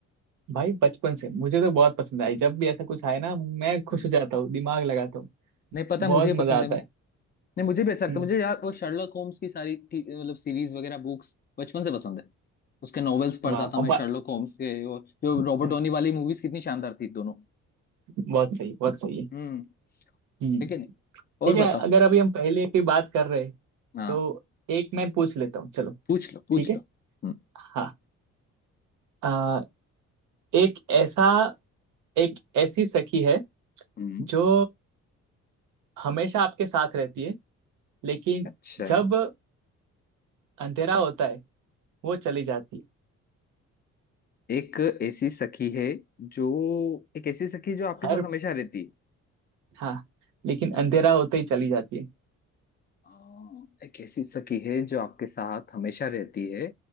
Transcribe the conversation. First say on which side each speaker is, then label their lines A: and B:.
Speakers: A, on the right (about 80°); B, on the left (about 35°).
A: भाई बचपन से मुझे तो बहुत पसंद आई जब भी ऐसा कुछ आए ना मैं खुश
B: हम्म।
A: हो जाता हूँ दिमाग लगाता हूँ
B: नहीं पता
A: बहुत
B: मुझे ही पसंद
A: मजा आता
B: है नहीं
A: है
B: मुझे भी अच्छा लगता
A: हम्म
B: है मुझे यार वो शर्लक होम्स की सारी टी- मतलब सीरीज वगैरह बुक्स बचपन से पसंद है उसके नॉवेल्स पढ़ता
A: वाह
B: था
A: अब
B: मैं
A: बात
B: शर्लक होम्स के और जो रॉबर्ट
A: सही
B: डॉनी वाली मूवीज कितनी शानदार थी दोनों
A: बहुत सही बहुत सही है
B: हम्म
A: हम्म
B: ठीक है नहीं
A: ठीक
B: और बताओ
A: है अगर अभी हम पहले की बात कर रहे हैं,
B: हाँ
A: तो एक मैं पूछ लेता हूँ चलो
B: पूछ लो पूछ
A: ठीक है
B: लो हम्म
A: हाँ आ, एक ऐसा एक ऐसी सखी है
B: हम्म
A: जो हमेशा आपके साथ रहती है लेकिन
B: अच्छा
A: जब अंधेरा होता है वो चली जाती है
B: एक ऐसी सखी है जो एक ऐसी सखी जो आपके
A: हर
B: साथ हमेशा रहती है
A: हाँ लेकिन
B: अच्छा
A: अंधेरा होते ही चली जाती है
B: हाँ, एक ऐसी सखी है जो आपके साथ हमेशा रहती है